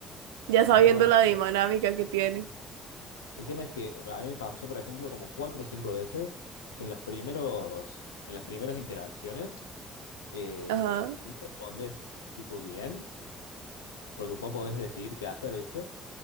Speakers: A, on the right (about 80°); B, on the left (about 85°).
A: ya
B: No,
A: sabiendo
B: está bueno,
A: la
B: está
A: dinámica
B: bueno.
A: que tiene.
B: El tema es que a mí me pasó, por ejemplo, como cuatro o cinco veces que en los primeros, en las primeras interacciones, eh,
A: Ajá,
B: si no respondes tipo bien, porque vos podés decidir qué hacer, ¿viste?